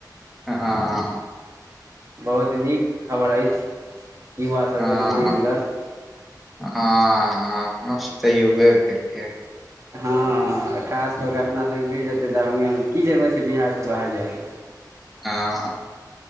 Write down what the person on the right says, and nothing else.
बहुत नीक खबर अछि युवा सभके
नौकरी मिलत
हँ हँ खास कऽ के अपना सबके मिल जेतै दरभंगे मे त की जेबै एते बिहार मे त बाहर जाइक